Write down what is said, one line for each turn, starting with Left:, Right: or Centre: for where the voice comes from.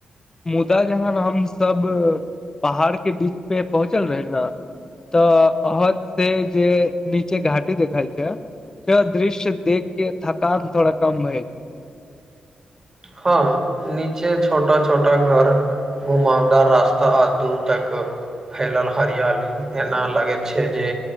Left: मुदा जहन हम सब पहाड़ के बीच पे पहुँचल रहे न तऽ अहद से जे नीचे घाटी देखलये तऽ दृश्य देख के थकान थोड़ा कम रहए
Right: हँ नीचे छोटा छोटा घर घुमावदार रास्ता आद दूर तक फैलल हरियाली एना लागैत छै जे